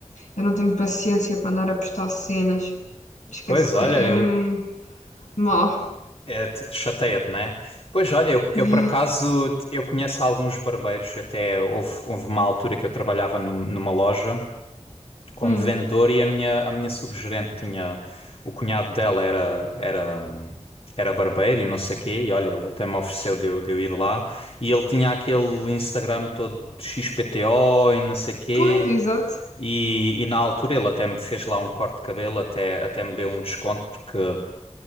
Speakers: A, on the left (about 85°); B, on the left (about 55°).
A: eu não tenho paciência para andar a postar cenas, esquece,
B: Pois olha,
A: é, é
B: eu.
A: mesmo mal.
B: É, te- chateia-te, né? Pois olha, eu,
A: Yeah.
B: eu por acaso te- eu conheço alguns barbeiros, até houve, houve uma altura que eu trabalhava num- numa loja como
A: Hum.
B: vendedor e a minha, a minha subgerente tinha o cunhado dela era, era, hum, era barbeiro e não sei quê, e olha, ele até me ofereceu de eu, de eu ir lá e ele tinha aquele Instagram todo de XPTO e não sei quê.
A: Pois, exato.
B: E, e na altura ele até me fez lá um corte de cabelo, até, até me deu um desconto porque